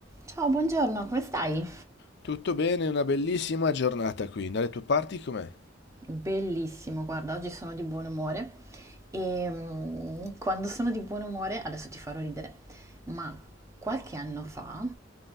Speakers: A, on the right; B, on the left.
A: Ciao, buongiorno, come stai?
B: Tutto bene, una bellissima giornata qui. Dalle tue parti com'è?
A: Bellissimo, guarda, oggi sono di buon umore e mm, quando sono di buon umore, adesso ti farò ridere, ma qualche anno fa,